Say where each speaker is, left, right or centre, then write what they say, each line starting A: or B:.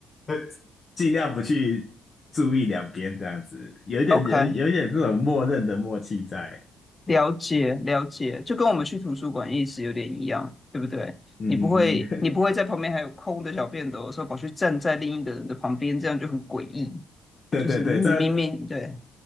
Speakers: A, on the left; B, on the left.
A: 会尽量不去注意两边这样子，有一点有有一点这种默认的默契在。
B: ，OK，了解了解，就跟我们去图书馆意思有点一样，对不对？
A: 嗯嗯嗯，
B: 你不会你不会在旁边还有空的小便斗的时候跑去站在另一个人的旁边，
A: <laughs>
B: 这样就很诡异，
A: 对对对，
B: 就是明明明对
A: 这样子